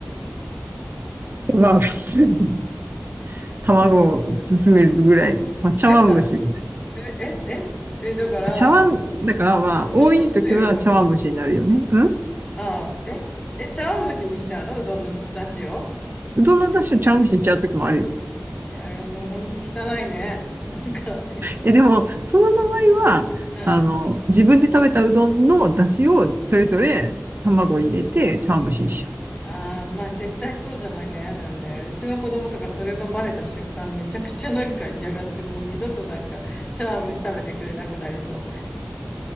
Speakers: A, on the right; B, on the left.
A: <laughs> まあ、普通に卵を包めるぐらいの、まあ、茶碗蒸しみたい
B: え、さ、え、え、え、え、だから、
A: な。茶碗、
B: その、
A: だからまあ、
B: うどんのつゆを、
A: 多い時は茶碗蒸しになるよね。うん
B: あ、え、え、茶碗蒸しにしちゃうのうどんの出汁を
A: うどんの出汁を茶碗蒸しにしちゃう時もあるよ。
B: いや、もうほんと汚いね。なんか、え、
A: え、でも、その場合は、
B: うん、
A: あの、
B: う
A: 自分で食べたうどんの出汁をそれぞれ卵を入れて茶碗蒸しにしちゃう。
B: んああ、まあ絶対そうじゃなきゃ嫌だよね。うちの子供とかそれがバレた瞬間めちゃくちゃなんか嫌がってもう二度となんか茶碗蒸し食べてくれなくなりそう。